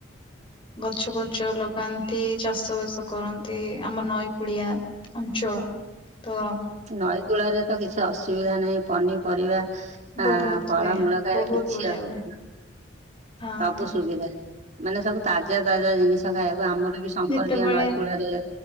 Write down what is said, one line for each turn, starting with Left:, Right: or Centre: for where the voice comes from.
Left: ଗଛ ବଛ ଲଗାନ୍ତି ଚାଷ ବାସ କରନ୍ତି ଆମର ନଈ କୁଳିଆ। ଅଞ୍ଚଳ ତ
Right: ନଈକୂଳରେ ତ କିଛି ଅସୁବିଧା ନାହିଁ ପନିପରିବା। ଆ
Left: ବହୁତ
Right: ଫଳମୂଳ
Left: ହୁଏ
Right: ଖାଇଲେ
Left: ବହୁତ
Right: କିଛି
Left: ବଢିଆ
Right: ଅସୁବିଧା
Left: ହୁଏ।
Right: ନାହିଁ
Left: ହଁ
Right: ସବୁ ସୁବିଧା। ମାନେ ସବୁ ତାଜା ତାଜା ଜିନିଷ ଖାଇବାକୁ ଆମର ବି ସମ୍ପର୍କୀୟ
Left: ଯେତେବେଳେ
Right: ନଈକୂଳରେ।